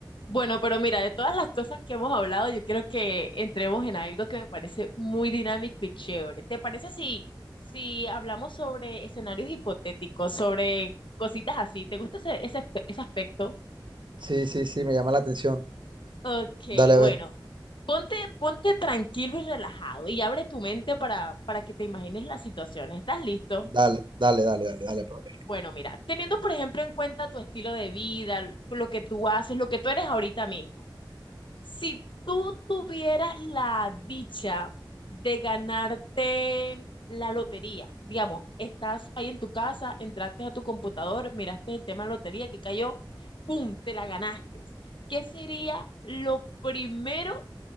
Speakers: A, on the left (about 70°); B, on the right (about 65°).
A: Bueno, pero mira, de todas las cosas que hemos hablado, yo quiero que entremos en algo que me parece muy dinámico y chévere. ¿Te parece si, si hablamos sobre escenarios hipotéticos, sobre cositas así? ¿Te gusta ese, ese, aspe- ese aspecto?
B: Sí, sí, sí, me llama la atención.
A: Ok,
B: Dale, a
A: bueno,
B: ver.
A: ponte, ponte tranquilo y relajado y abre tu mente para, para que te imagines la situación. ¿Estás listo?
B: Dale, dale, dale, dale, dale. brother.
A: Bueno, mira, teniendo por ejemplo en cuenta tu estilo de vida, lo que tú haces, lo que tú eres ahorita mismo. Si tú tuvieras la dicha de ganarte la lotería, digamos, estás ahí en tu casa, entraste a tu computador, miraste el tema de lotería que cayó, ¡pum!, te la ganaste. ¿Qué sería lo primero